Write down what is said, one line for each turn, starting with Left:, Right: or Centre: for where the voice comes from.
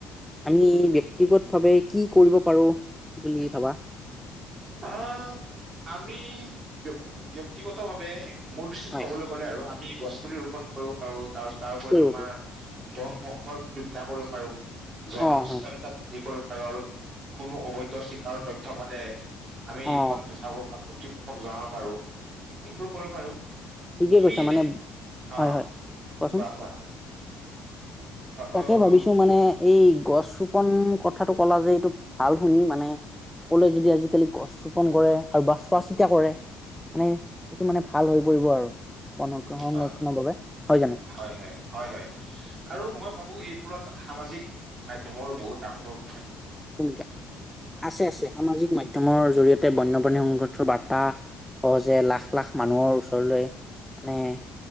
Centre: আমি, ব্যক্তিগত ভাৱে কি কৰিব পাৰোঁ বুলি ভাবা?
Right: আহ আমি ব্য ব্যক্তিগত ভাৱে মোৰ দৃষ্টিত
Centre: হয়,
Right: ক'বলৈ গ'লে, আৰু আমি গছ পুলি ৰোপন কৰিব পাৰো, তাৰপাছত তাৰোপৰি
Centre: কৰিব
Right: তোমাৰ,
Centre: পাৰি
Right: বন ধ্বংসৰ বিৰোধিতা কৰিব পাৰো। জনসচেতনতা
Centre: অ', হয়,
Right: বৃদ্ধি কৰিব আৰু, আৰু কোনো অবৈধ চিকাৰৰ তথ্য পালে আমি
Centre: অ',
Right: বন বিভাগক বা কৰ্ ৰ্তিপষক জনাব পাৰো, এইবোৰ কৰিব পাৰো।
Centre: ঠিকেই
Right: তুমি
Centre: কৈছা,
Right: এনে
Centre: মানে
Right: অ
Centre: হয়, হয় কোৱাচোন?
Right: কোৱা, কোৱা <inaudible>
Centre: তাকে
Right: অ
Centre: ভাবিছো
Right: অ,
Centre: মানে এই গছ ৰোপন কথাটো কলা যে, এইটো ভাল শুনি মানে সকলোৱে যদি আজিকালি গছ ৰোপন কৰে, আৰু বা চোৱা চিতা কৰে মানে এইটো মানে ভাল হৈ পৰিব আৰু, বন সংৰক্ষণৰ
Right: হয়,
Centre: বাবে জানো?
Right: হয়, হয়, হয়, হয়
Centre: হয়
Right: আৰু
Centre: হয়
Right: মই ভাবো এইবোৰত সামাজিক মাধ্যমৰো বহুত ডাঙৰ ভ
Centre: ভূমিকা আছে, আছে সামাজিক মাধ্যমৰ জৰিয়তে বন্যপ্ৰাণী সংগঠৰ বাৰ্তা এটা সহজে লাখ লাখ মানুহৰ ওচৰলৈ মানে-